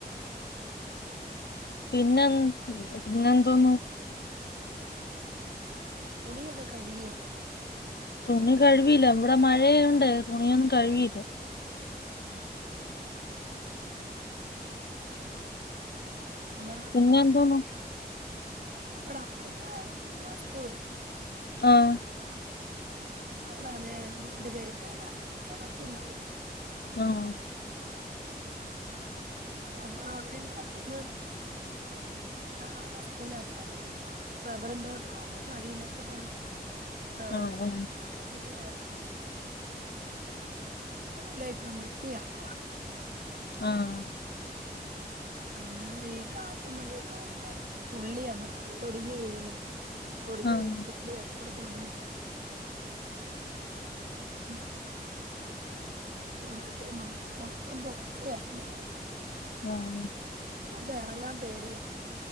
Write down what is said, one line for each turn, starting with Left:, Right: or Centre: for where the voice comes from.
Left: പിന്നെൻ പിന്നെ എന്തോന്ന്
Right: തുണിയൊക്കെ കഴുകിയോടാ
Left: തുണി കഴുവീല്ല ഇവിടെ മഴയണ്ടെ തുണിയൊന്നും കഴുവീല്ല
Right: നമ്മുടെ
Left: പിന്നെ എന്തോന്നു
Right: മ്മടപ്പർത്തെ മസ്ത്തുവെ
Left: ആഹ്
Right: അവിടാന്നെ രണ്ട് പേര് കേള കേളക്ക്ന്നവര്
Left: അഹ്
Right: അപ്പൊ അവര് കെളക്ന്ന് അങ്ങനാ ആ വസ്തുവിനത്താര്ന്ന് റബ്ബറും തോട്ടവാമ്പോ കരിനൊക്കെ കൊറെ അഹ്
Left: ആഹ്
Right: വിറകക്കെ കിട്ടുവാര് അതെല്ല ഇപ്പൊ വൃത്തിയാക്കുക.
Left: ആഹ
Right: ആ അന്ന ഈ കാറ്റും മഴയൊക്കെ വരുമ്പോ ചുള്ളി നമ്മക്ക് പൊടിഞ്ഞു വീഴന്ന്. പൊടിഞ്ഞു
Left: ആഹ്
Right: വീഴുന്ന ചുള്ളിയൊക്കെ എടുത്തുകൊണ്ട് വെക്കും. ഉ മാറ്റൻ പോവ മൊത്തം പോവാച്ചായിരുന്നു അവിടെ.
Left: ആഹ
Right: നമുക്ക് ഇറങ്ങാൻ പേടിയാ